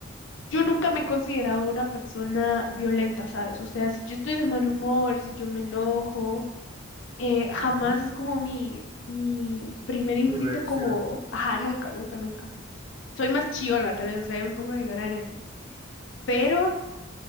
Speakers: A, on the left (about 65°); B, on the right (about 20°).
A: Yo
B: ajá,
A: nunca me he considerado una persona violenta, ¿sabes? O sea, si yo estoy de mal humor, si yo me enojo, eh, jamás
B: ujú,
A: es como mi, mi primer instinto
B: Tu reacción.
A: como, ajá, nunca, nunca, nunca. soy más chillona, tal vez, o sea, yo me pongo a llorar y así. Pero,